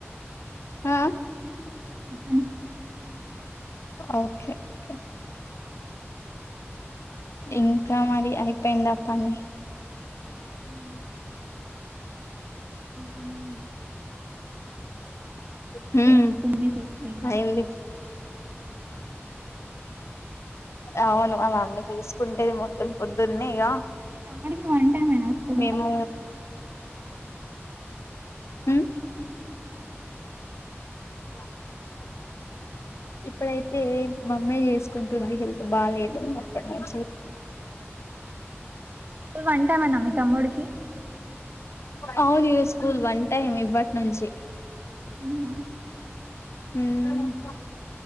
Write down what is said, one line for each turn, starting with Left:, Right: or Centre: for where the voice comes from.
Left: ఆ
Right: <inaudible>
Left: ఓకే ఓకే ఇంకా మరి అయిపోయిందా పని
Right: ఉమ్మ్ ఇంక నేను
Left: మ్మ్
Right: మొత్తం మీ చేస్తది కాదు
Left: అయ్యింది అవును మా మమ్మీ చూసుకుంటేది మొత్తం పొద్దున్నే ఇగ
Right: మీ తమ్ముడికి వంటేమైనా వస్తుందా
Left: మేము మ్మ్ <inaudible> ఇప్పుడైతే మమ్మీ చేసుకుంటుంది హెల్త్ బాలేదు అప్పటి నుంచి
Right: దు వంటేమన్నా మీ తమ్ముడికి
Left: అవునీ స్కూల్ వన్ టైం ఇప్పటి నుంచి
Right: ఊహూ
Left: ఉమ్